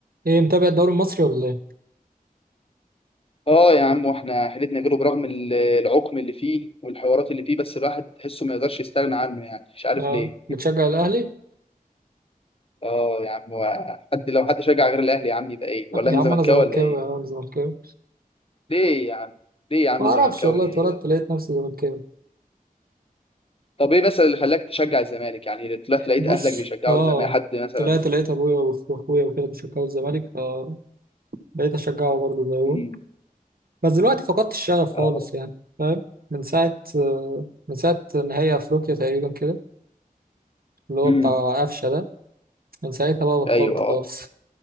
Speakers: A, on the right (about 75°); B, on the left (about 40°).
A: ايه متابع الدوري المصري ولا ايه؟
B: اه يا عم واحنا حيلتنا غيره برغم ال- العقم اللي فيه والحوارات اللي فيه بس الواحد تحسه ما يقدرش يستغنى عنه يعني مش عارف
A: اه
B: ليه
A: بتشجع الاهلي؟
B: اه يا عم و- حد لو حد شجع غير الاهلي يا عم يبقى ايه ولا
A: آه، يا
B: انا
A: عم
B: زملكاوي
A: انا زملكاوي
B: ولا ايه
A: يا عم انا زملكاوي
B: ليه يا عم ليه يا عم
A: ما اعرفش
B: زملكاوي
A: والله
B: ليه
A: اتولدت
B: بقى
A: لقيت نفسي زملكاوي
B: طب ايه مثلا اللي خلاك تشجع الزمالك يعني طلعت لقيت
A: بص
B: اهلك بيشجعوا
A: اه
B: الزمالك حد مثلا
A: طلعت لقيت ابويا وأخ- واخويا وكده بيشجعوا الزمالك فبقيت اشجعه برضه زيهم
B: امم
A: بس دلوقتي فقدت الشغف خالص
B: اه
A: يعني فاهم من ساعة آه، من ساعة نهائي افريقيا تقريبا كده اللي هو
B: امم
A: بتاع قفشة ده من ساعتها بقى بطلت
B: ايوه اه
A: خالص